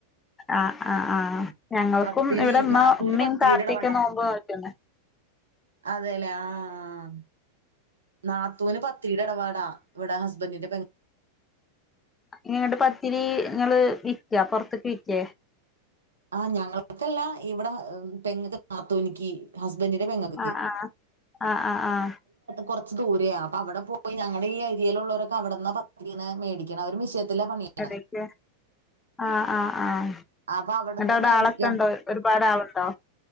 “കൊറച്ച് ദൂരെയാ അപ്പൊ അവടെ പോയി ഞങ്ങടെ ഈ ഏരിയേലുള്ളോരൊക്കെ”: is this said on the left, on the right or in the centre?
Right